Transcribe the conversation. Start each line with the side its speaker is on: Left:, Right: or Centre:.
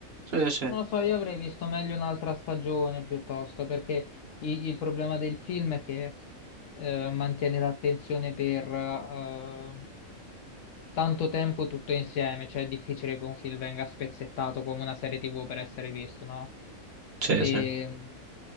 Right: Sì, sì.
Left: Non lo so, io avrei visto meglio un'altra stagione piuttosto, perché i- il problema del film è che eh, mantiene l'attenzione per eh, tanto tempo tutto insieme, cioè è difficile che un film venga spezzettato come una serie TV per essere visto, no?
Right: Sì,
Left: E,
Right: sì.